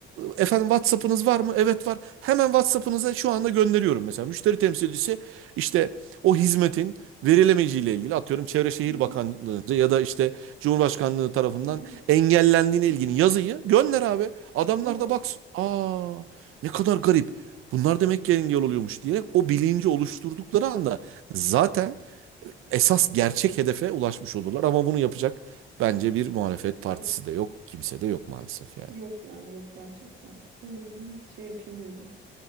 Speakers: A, on the right; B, on the right.
A: Efendim WhatsApp'ınız var mı? Evet var. Hemen WhatsApp'ınıza şu anda gönderiyorum mesela. Müşteri temsilcisi işte o hizmetin verilemeyeceğiyle ilgili atıyorum Çevre Şehir
B: Hı hı,
A: Bakanlığı'nca ya da işte Cumhurbaşkanlığı tarafından
B: hı hı.
A: engellendiğine ilgili yazıyı gönder abi. Adamlar
B: Evet.
A: da baksın. Aa ne kadar garip. Bunlar demek ki engel oluyormuş diyerek o bilinci oluşturdukları anda zaten esas gerçek hedefe ulaşmış olurlar. Ama bunu yapacak bence bir muhalefet partisi
B: Yok.
A: de yok. Kimse de yok maalesef yani.
B: Yok yani yok gerçekten. Öyle bir şey yapayım dedim.